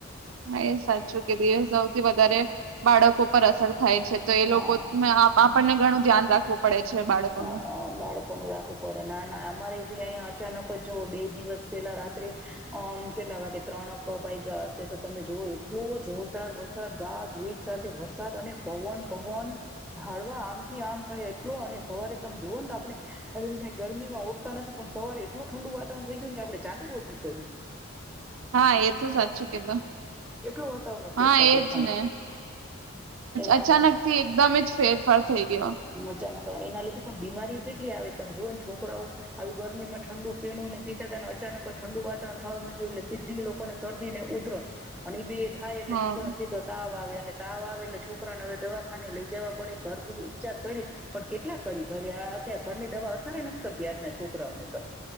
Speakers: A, on the right (about 80°); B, in the centre.
A: હા, એ સાચું. <unintelligible> સૌથી વધારે બાળકો પર અસર થાય છે. તો એ
B: હા
A: લોકો ને આપ આપ આપણને ઘણું ધ્યાન રાખવું પડે. છે બાળકોનું
B: હા, બાળકો ન રાખવું પડે. ના ના અમારે ભી અહીંયા અચાનક જ જો બે દિવસ પેલા રાત્રે અહ કેટલા વાગે ત્રણક વાઈગા હશે, તો તમે જોવ એટલો જોરદાર વરસાદ, ગાજવીજ સાથે વરસાદ અને પવન પવન ઝાડવા આમથી આમ થાય એટલો અને સવારે તમે જોવ તો આપણે <unintelligible> ગરમીમાં ઉઠતા નથી પણ સવારે એટલું ઠંડુ વાતાવરણ થઈ ગયું ને કે આપડે ચાદર ઓઢવી પેઇડી.
A: હા, એતો સાચું કીધું.
B: એટલો વાતાવરણમાં
A: હા,
B: ફેરફાર
A: એજને
B: દેખાણો એના
A: અચાનક થી એકદમજ ફેરફાર થઈ ગયો.
B: અચાનક એના લીધે પણ બીમારીઓ કેટલી આવે, તમે જો ને છોકરાઓ આવી ગરમીમાં ઠંડુ પીણું ને પીતા હતા ને અચાનક ઠંડુ વાતાવરણ થવા માંડ્યું એટલે સીધી લોકો ને શરદી ને ઉધરસ અને એ બે થાય, એટલે
A: હમ.
B: છોકરોને સીધો તાવ આવે અને તાવ આવે એટલે છોકરાને હવે દવાખાને લઈ જવા પડે ઘર <unintelligible> ઉપચાર કરી, પણ કેટલા કરી ઘરે આ અત્યારે ઘરની દવા અસરે નથી કરતી આજના છોકરાઓને તો.